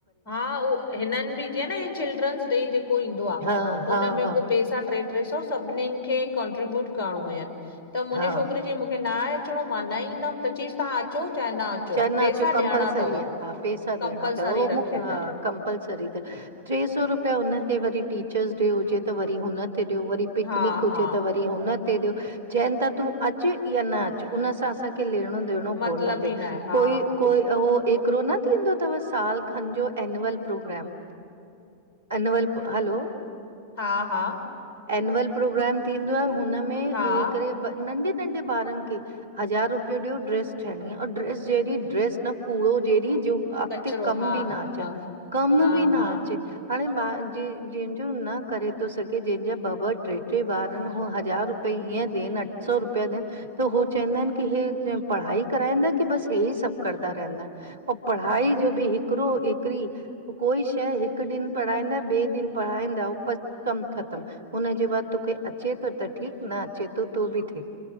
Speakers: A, on the left (about 45°); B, on the right (about 70°).
A: हा, उहो हिननि बि जीअं न इहो चिल्ड्रनस डे जेको ईंदो आहे
B: हा हा
A: हुन में
B: हा
A: को पैसा टे टे सौ सभिननिनि खे कॉन्ट्रीब्यूट करणो हुयनि त मुंहिंजे
B: हा
A: छोकिरी चईं मूंखे न आहे अचणो, मां न ईंदमि त च्यंईस तहां अचो चाहे न अचो
B: चवंदा
A: पैसा
B: अचो कंपलसरी
A: ॾियणा तव।
B: आ हा पेसा
A: कंपलसरी
B: ॾियणां तव हो
A: रखे
B: मुक ह कं
A: छॾियनि
B: कंपल सरी त, ट्रे सौ रूपया उनते वरी टीचर्स डे हुजे त वरी हुनते ॾियो वरी पिकनिक
A: हा
B: हुजे
A: हा
B: त वर री हुनते ॾियो चएनि ता तूं अचु या न अचु उनसां असांखे लेणो ॾियणो
A: मतिलब
B: कोन ते
A: ई न आहे हा
B: कोई -कोई त उहो हिकिड़ो न थींदो तव साल खनि जो एन्युअल प्रोग्राम अनुवल हलो
A: हा हा
B: एनुवल प्रोग्राम थींदो आहे हुनमें
A: हा
B: हिकड़े ब नंढेे नंढे ॿारनि खे हज़ार रुपियो ॾियो ड्रेस ठहणी आ अंउं ड्रेस जहिड़ी ड्रेस न कूड़ो जहिड़ी जो अगिते
A: कचिरो
B: कम
A: हा
B: बि न अचेहां
A: हा
B: कमु
A: हा
B: बि न
A: हा
B: अचे। हाणे ॿा ज जंहिंजो न करे तो सघे जंहिंजा ॿ- ॿ, ट्रे- ट्रे ॿार इनि हू हज़ार रुप हींयं ॾेनि अठ सौ रुपया ॾेनि त हो चएंदा इनि की हे कीयं पढ़ाई कराईंदा कि बस हेई सभु करदा रहिन्दा अंउ पढ़ाई जो बि हिकिड़ो हिकड़ी कोई शंए हिकु ॾींहुन पढ़ाईंदा ॿिए ॾींहुन पढ़ाईंदा बसि कम ख़तमु हुनजे बाद तोखे अचे तो त ठीक न अचे तो तो बि ठीक